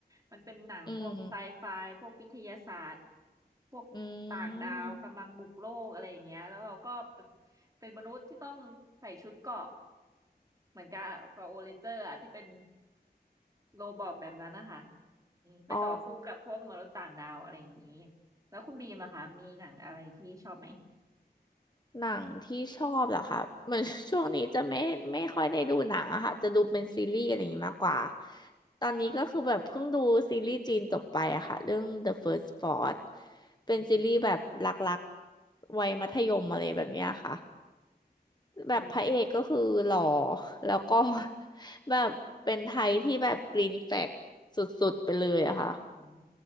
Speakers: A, on the right (about 20°); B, on the left (about 25°).
A: มันเป็นหนังพวกไซไฟพวกวิทยาศาสตร์
B: อืม
A: พวกต่างดาวกำลังบุกโลกอะไรอย่างเงี้ยแล้วเราก็
B: อืม
A: เป็นมนุษย์ที่ต้องใส่ชุดเกราะเหมือนกับกับโอเรนเจอร์อะที่เป็น โรบอทแบบนั้นนะคะอืมไปต่อสู้กับพวกมนุษย์ต่างดาวอะไรอย่างนี้
B: อ๋อ
A: แล้วคุณบีมล่ะคะมีหนังอะไรที่ชอบไหม
B: หนังที่ชอบเหรอคะเหมือน <laughs> ช่วงนี้จะไม่ไม่ค่อยได้ดูหนังอะค่ะจะดูเป็นซีรีส์อะไรอย่างนี้มากกว่า
A: อืม
B: ตอนนี้ก็คือแบบเพิ่งดูซีรีส์จีนจบไปอะค่ะเรื่อง The First Spot เป็นซีรีส์แบบรักๆวัยมัธยมอะไรแบบเนี้ยค่ะ
A: อืม
B: แบบพระเอกก็คือหล่อ
A: เป็น
B: แล้วก็ <laughs> แบบเป็นไทยที่แบบกรีนแฟลกสุดๆไปเลยอะค่ะ
A: อืม